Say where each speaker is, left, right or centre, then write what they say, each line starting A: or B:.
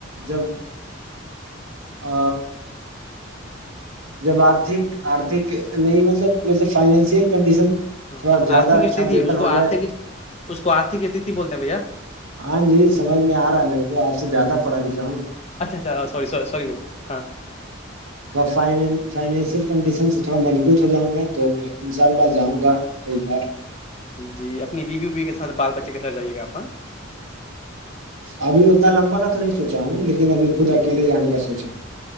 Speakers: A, on the right; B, on the left.
A: جب آ جب آرتھک آرتھک نہیں مطلب جیسے فائنینشل کنڈیشن
B: ہاں
A: تھوڑا زیادہ
B: آرتک
A: اچھا
B: استھ
A: بیٹر
B: اس
A: ہو
B: کو
A: جائے
B: آرتک اس کو آرھک استھتی بولتے ہیں بھیا
A: ہاں جی سمجھ میں آ رہا ہے میرے کو آپ سے زیادہ پڑھا لکھا ہوں
B: اچھا اچھا س س سییا ہاں
A: <inaudible> تھ فائنینشیل کنڈیشن سے تھوڑا مجبوط ہو جاؤں میں تو انشاء اللہ جاں گا ایک بار
B: جی اپنی بیو بی ووی کے ساتھ بال بچے کے ساتھ جائیے گا آپاں
A: ابھی اتنا لمبا کا تو نہیں سوچا ہوں لیکن ابھی خود اکیلے جانے کا سوچیں